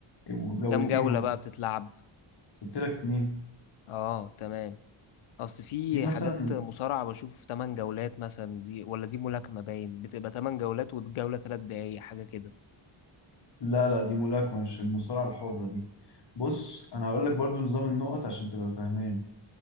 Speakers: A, on the left; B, on the left.
A: وجولتين
B: كام جولة
A: هم
B: بقى بتتلعب
A: قلت لك اتنين
B: اه تمام اصل في
A: وفي مثلا
B: حاجات مصارعة بشوف 8 جولات مثلا دي ولا دي ملاكمة باين بتبقى 8 جولات والجولة 3 دقايق حاجة كده
A: لا لا دي ملاكمة مش المصارعة الحرة دي بص انا هقول لك برضو نظام النقط عشان تبقى فاهمان